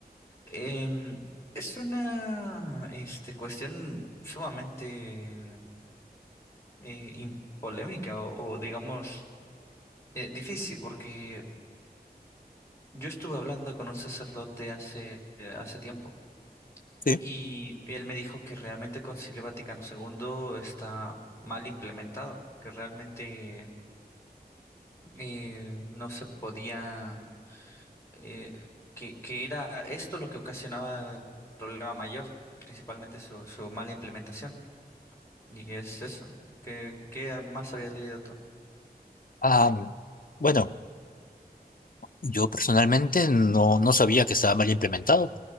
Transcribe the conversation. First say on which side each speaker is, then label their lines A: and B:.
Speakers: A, on the left; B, on the left.
A: em, es una, este, cuestión sumamente eh, im- polémica o, o digamos eh, difícil, porque yo estuve hablando con un sacerdote hace, hace tiempo.
B: Sí.
A: Y él me dijo que realmente el Concilio Vaticano segundo está mal implementado, que realmente eh, no se podía, eh, que, que era esto lo que ocasionaba el problema mayor, principalmente su, su mala implementación. Y es eso. ¿Qué, qué más habías leído tú?
B: Ah, bueno, yo personalmente no, no sabía que estaba mal implementado.